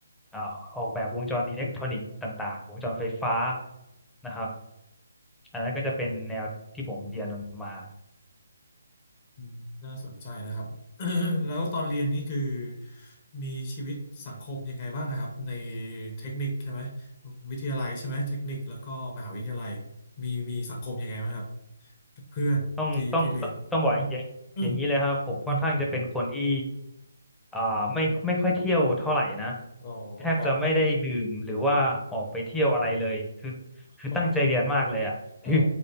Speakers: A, in the centre; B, on the left (about 30°).
A: เอ่อออกแบบวงจรอิเล็กทรอนิกส์ต่างๆ วงจรไฟฟ้านะครับ อันนั้นก็จะเป็นแนวที่ผมเรียนมันมา
B: อืมน่าสนใจนะครับ <coughs> แล้วตอนเรียนนี่คือมีชีวิตสังคมยังไงบ้างอะครับในเทคนิคใช่ไหมวิทยาลัยใช่ไหมเทคนิคแล้วก็มหาวิทยาลัยมีมีสังคมยังไงบ้างครับเพื่อนที่ที่เรียนอืม
A: ต้องต้องต้องบอกอย่างอย่างนี้เลยครับผมค่อนข้างจะเป็นคนที่
B: อืมอืม
A: อ่าไม่ไม่ค่อยเที่ยวเท่าไหร่นะ
B: อ๋อครับ
A: แทบจะไม่ได้ดื่มหรือว่าออกไปเที่ยวอะไรเลยคือคือตั้งใจเรียนมากเลยอ่ะคือ
B: อ๋ออ๋อ